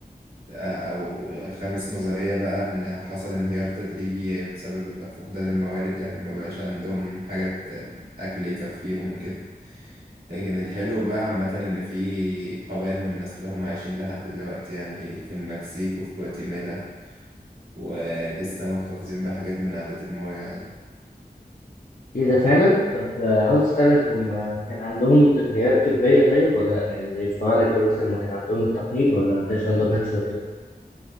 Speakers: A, on the right; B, on the left.
A: آه، أو خامس نظرية بقى إن حصل انهيار تدريجي بسبب فقدان الموارد يعني ما بقاش عندهم حاجات آه، أكل يكفيهم وكده لكن الحلو بقى عامة إن في قبائل من الناس اللي هم عايشين لحد دلوقتي يعني في المكسيك وفي جواتيمالا ولسه محتفظين بحاجات من عادات الماضي يعني
B: إيه ده فعلا؟ طب آه، عاوز أسألك هم كان عندهم تقنيات طبية طيب ولا لأ يعني زي الفراعنة كده مثلا ما كان عندهم التحنيط ولا ما كانش عندهم حاجة شبه كده؟